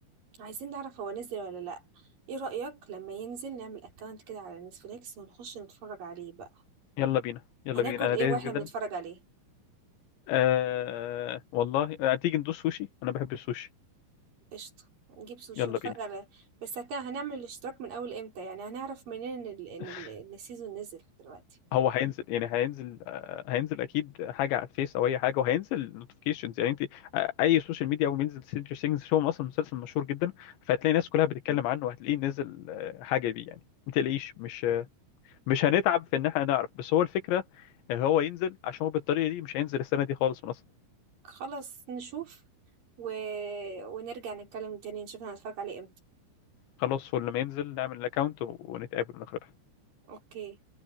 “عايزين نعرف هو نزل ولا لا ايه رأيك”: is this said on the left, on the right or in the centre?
Right